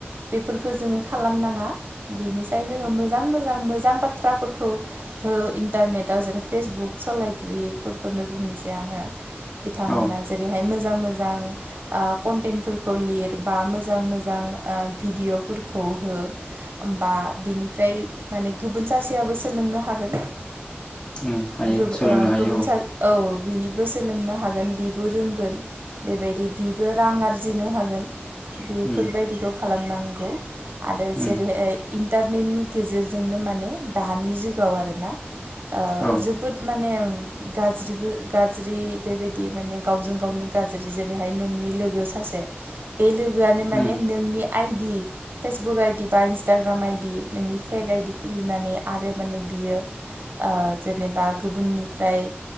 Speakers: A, on the right; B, on the left.
A: बेफोरखो जोङो खालानाङा। बिनिसाय जोङो मोजां मोजां मोजां बाथ्राफोरखौ ओ इन्टार नेटाव जेरै फेसबुक सलायगिरिफोरखौनो बुंनोसै आङो। बिथांमोना
B: औ
A: जेरैहाय मो जां मोजां आ कन्टेन्टफोरखो लिरबा मोजां मोजां आ भिडिअ'फोरखौ हो। होमबा बिनिफ्राय माने गोबोन सासेयाबो सोलोंनो हागोन।
B: ओम हायो
A: गोबो ओ
B: सोलोंनो हायो
A: गुबुन
B: औ।
A: सा औ बिनिबो सोलोंनो हागोन बिबो रोंगोन बेबायदि बिबो रां आरजिनो हागोन। बेफोरबायदिखौ
B: उम
A: खालामनांगौ आरो जेरैहाय
B: उम
A: इन्टारनेटनि गेजेरजोंनो माने दानि जुगाव आरो ना। आ
B: औ
A: जोबोद माने गाज्रिबो गाज्रि बेबायदि माने गावजों गावनो गाज्रि जेरैहाय नोंनि लोगो सासे बे लोगोआनो माने
B: उम
A: नोंनि आइदि फेसबुक आइदि बा इन्सटाग्राम आइदि नोंनि फेक आइदि खुलिनानै आरो माने बियो ओ जेनेबा गुबुननिफ्राय